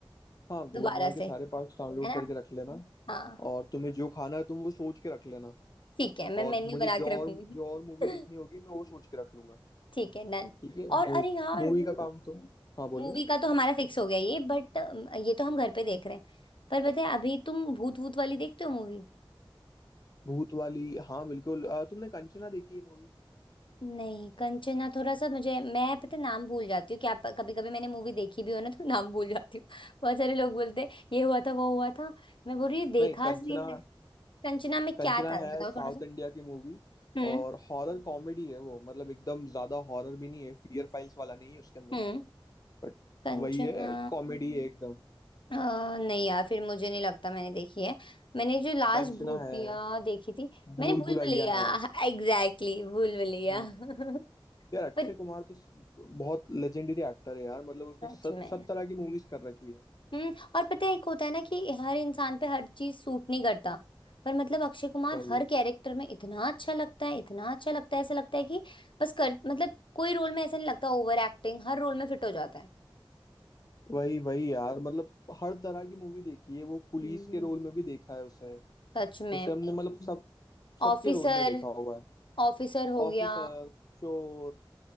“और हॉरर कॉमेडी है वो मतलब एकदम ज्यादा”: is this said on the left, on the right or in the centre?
Left